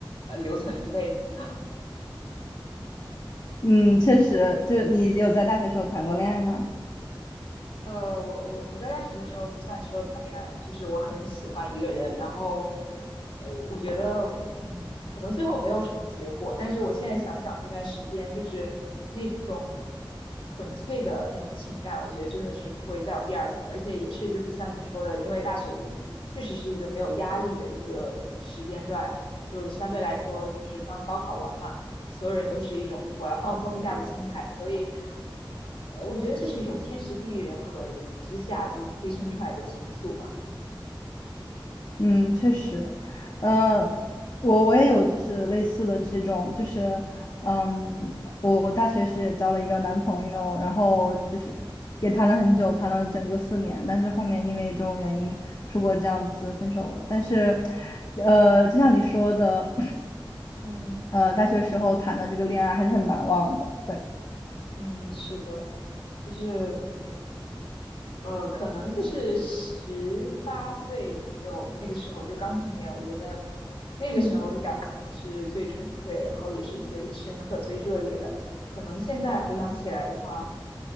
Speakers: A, on the left; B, on the left.
A: 呃留存一辈子的。<laughs>
B: 嗯，确实，就你有在大学时候谈过恋爱吗？
A: 呃，我我我在大学的时候不算说谈恋爱，就是我很喜欢一个人，然后。觉得，嗯，可能最后没有什么结果，但是我现在想想那段时间，就是那种纯粹的那种情感，我觉得真的是不会再有第二次，而且也是就是像你说的，因为大学里确实是一个没有压力的一个时间段，就相对来说就是刚高考完嘛，所有人都是一种我要放松一下的心态，所以，呃，我觉得这是一种天时地利人和之下就催生出来的情愫吧，
B: 嗯，确实，
A: 嗯
B: 呃，
A: 嗯。
B: 我我也有就是类似的这种，就是，嗯，我我大学时也交了一个男朋友，然后就是也谈了很久，
A: 嗯
B: 谈了整个四年，但是后面因为种种原因出国这样子分手了。但是，呃，就像你说的，
A: 嗯，
B: <clears throat> 呃，大学时候谈的这个恋爱还是很难忘的，对，
A: 嗯，是的，就是呃，可能就是十八岁左右那个时候就刚成年，我觉得那个时候的感情是最纯粹，
B: 嗯，
A: 然后也是最深刻、最热烈的。可能现在回想起来的话，